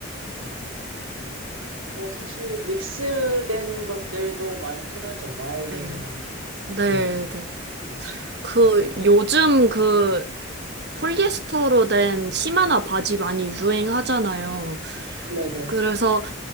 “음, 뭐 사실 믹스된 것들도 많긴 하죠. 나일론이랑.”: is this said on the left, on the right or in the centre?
Right